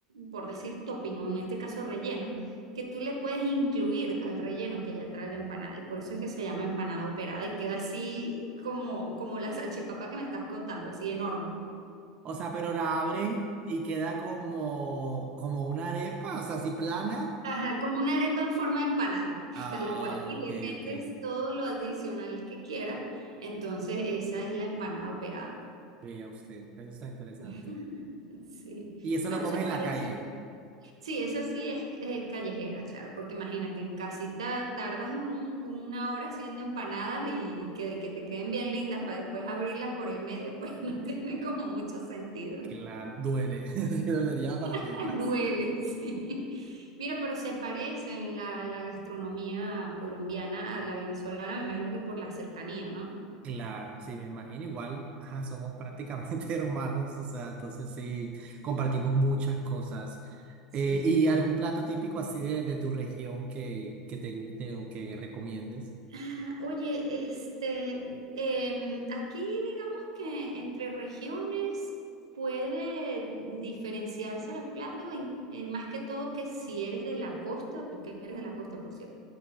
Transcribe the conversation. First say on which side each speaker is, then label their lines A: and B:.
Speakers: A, on the right; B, on the right.
A: por decir topping o en este caso relleno, que tú le puedes incluir al relleno que ya trae la empanada. Y por eso es que se llama empanada operada y queda así como, como la salchipapa que me estás contando, así enorme.
B: O sea, pero la abren y queda como, como una arepa, o sea, así plana.
A: Ajá, como una arepa en forma de empanada, <laughs>
B: Ah,
A: tal cual. Y
B: ok,
A: le
B: ok.
A: metes todo lo adicional que quieras. Entonces, esa es la empanada operada.
B: Vea usted, eso está interesante.
A: <laughs> Sí.
B: Y eso
A: Bueno,
B: lo comes
A: se parece,
B: en la calle.
A: Sí, esa sí es eh, callejera, claro, porque imagínate, en casita tardas un- una hora haciendo empanadas y, y que, que te queden bien lindas para después abrirlas por el medio, pues <laughs> no tiene como mucho sentido.
B: Claro, duele. <laughs> Sí,
A: <laughs>
B: dolería partirlas.
A: Duele, sí. Mira, pero se parece la, la gastronomía colombiana a la venezolana, me imagino que por la cercanía, ¿no?
B: Claro, sí, me imagino. Igual, ajá, somos prácticamente <laughs> hermanos, o sea, entonces sí, compartimos muchas cosas.
A: Sí,
B: Eh, ¿y
A: sí.
B: algún plato típico así de, de tu región que, que te guste o que recomiendes?
A: Ah, Oye, este, em, aquí digamos que entre regiones puede diferenciarse los platos, en- eh, más que todo que si eres de la costa, tú que eres de la costa, por cierto,